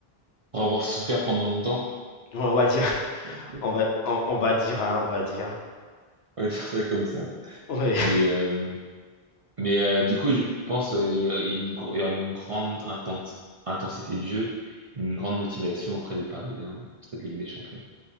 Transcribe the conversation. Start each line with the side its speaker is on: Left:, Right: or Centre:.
Right: pour avoir souffert pendant longtemps.
Left: ouais, on va dire <laughs>
Right: <laughs> On
Left: on va on, on va dire hein, on va dire.
Right: va dire ça comme ça.
Left: Ouais.
Right: Mais, euh, mais euh, du coup, je pense euh, il y a il y a une, gro- il y aura une grande inten- intensité de jeu, une grande motivation auprès des Parisiens, cette Ligue des Champions.